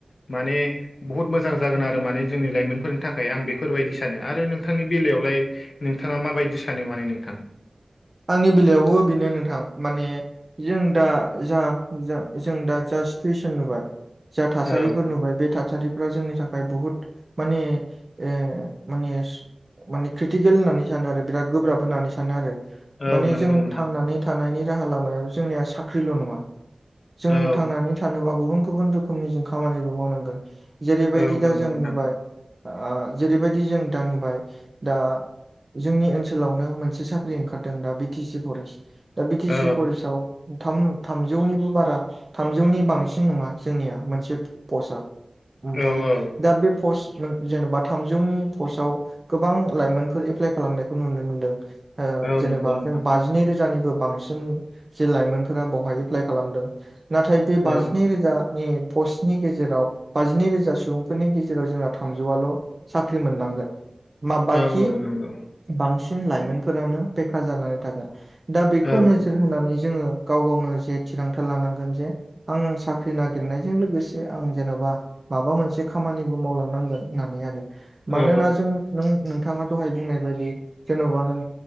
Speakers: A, on the left (about 75°); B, on the right (about 35°).
A: माने बहुद मोजां जागोन आरो माने जोंनि लाइमोनफोरनि थाखाय आं बेफोरबायदि सानो आरो नों थांनि बेलायावलाय नोंथाङा मााबायदि सानो माने नोंथां
B: आंनि बेलायावबो बेनो नोंथां माने जों दा जा जों दा जा सिथुवेसन नुबाय जा थासारिफोर
A: औ
B: नुबाय बे था थासारिफ्रा जोंनि थाखाय बुहुद माने ओ माने माने क्रिटिकेल होननानै सानो आरो बिराद गोब्राब होननानै सानो आरो
A: औ
B: माने
A: नंगौ
B: जों
A: नोंथां
B: थांनानै नि रालामायाव जोंनिया साख्रिल नङा जों
A: औ
B: थांनानै थानोब्ला गुबुन गुबुन रोखोमनि जों खामानिबो मावनांगोन जेरैबायदि
A: औ
B: दा
A: नंगौ
B: जों
A: नोंथां
B: नुबाय आ जेरैबायदि जों दा नुबाय दा जोंनि ओनसोलावनो मोनसे साख्रि ओंखारदों दा बि टि सि फरेस्ट दा बि टि
A: औ
B: सि फरेस्टाव थाम थामजौनिबो बारा थामजौनि बांसिन नंङा जोंनिया मोनसे पस्टआ ओमफ्राय
A: औ औ
B: दा बे पस्ट जेनबा थामजौनि पस्टआव गोबां लाइमोनफोर एप्लाइ खालामनायखौ नुनो मोनदों ओ
A: औ
B: जेनेबा
A: नंगौ नों
B: जों बाजिनै रोजानिबो बांसिन जे लाइमोनफोरा बावहाय एप्लाइ खालामदों नाथाय बे बाजिनै
A: औ
B: रोजानि पस्टनि गेजेराव बाजिनै रोजा सुबुं बेफोरनि गेजेराव जोंना थामजौआल साख्रि मोनलांगोन मा
A: औ
B: बाखि
A: औ नंगौ
B: बांसिन लाइमोनफोरानो बेखार जानानै थागोन दा बेखौ
A: औ
B: नोजोर होनानै जोंङो गाव गावनो जे थिरांथा लानांगोन जे आं साख्रि नागिरनायजों लोगोसे आं जेनबा माबा मोनसे खामानिबो मावलांनांगोन होननानै आरो मानोना
A: औ
B: जों नों नोंथांङा दहाय बुंनाय बायदि जेनबा नों